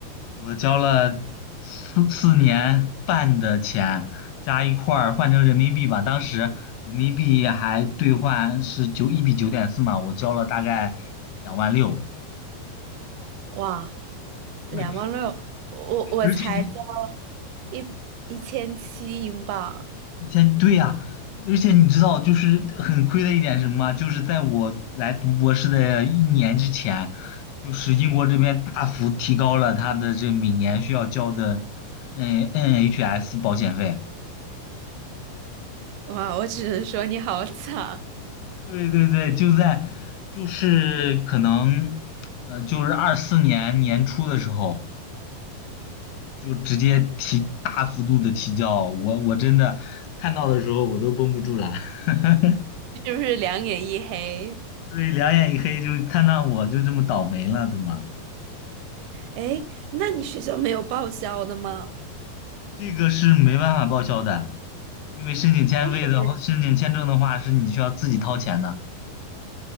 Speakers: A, on the left; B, on the right.
A: 我交了四四年半的钱，加一块儿换成人民币吧。当时人民币还兑换是九一比九点四嘛，我交了大概两万六。
B: 哇，两万六，
A: 对，
B: 我我才交
A: 而且你
B: 一一千七英镑。
A: 以前对呀、而且你知道就是很亏的一点是什么吗？就是在我来读博士的一年之前，就是英国这边大幅提高了他的这每年需要交的嗯 NHS 保险费。
B: 哇，我只能说你好惨，
A: 对对对，就在就是可能呃，就是二四年年初的时候，就直接提大幅度的提交，我我真的看到的时候我都绷不住了，<laughs>
B: <laughs> 是不是两眼一黑？
A: 对，两眼一黑，就看到我就这么倒霉了的嘛，
B: 哎，那你学校没有报销的吗？
A: 这个是没办法报销的，因为申请签费的话申请签证的话是你需要自己掏钱的。
B: 为什么呀？